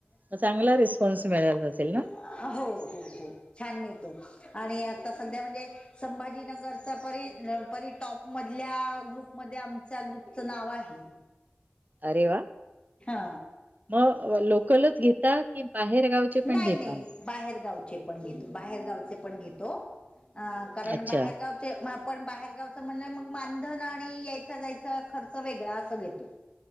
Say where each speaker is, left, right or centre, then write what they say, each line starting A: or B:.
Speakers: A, on the right; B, on the left.
A: मग चांगला रिस्पॉन्स मिळत असेल ना?
B: हो हो हो छान मिळतो. आणि आता सध्या म्हणजे संभाजीनगरचा परी परी टॉप मधल्या ग्रुपमध्ये आमच्या ग्रुपचं नाव आहे.
A: अरे वा,
B: हा
A: मग लोकल च घेता की बाहेर गावचे
B: नाही
A: पण घेता?
B: नाही बाहेरगावचे पण घेतो, बाहेरगावचे पण घेतो. अ कारण
A: अच्छा.
B: बाहेरगाव चे आपण बाहेरगावचं म्हणलं मग मानधन आणि यायचा जायचा खर्च वेगळा असं घेतो.